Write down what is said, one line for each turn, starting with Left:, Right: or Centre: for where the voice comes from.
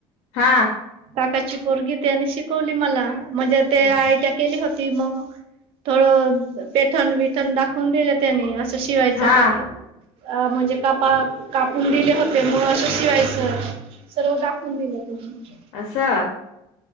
Left: हा
Right: काकाची पोरगी त्यानि शिकवली मला म्हणजे ते
Left: अस
Right: आयटिआय केली होती ती मग थोडं पेठण विठण दाखवून दिलं त्यानी शिवायचं
Left: हा
Right: कापू अ म्हणजे कापा कापून दिले होते म असं शिवायचं सर्व दाखवून दिलं तुम्ही
Left: आसाहा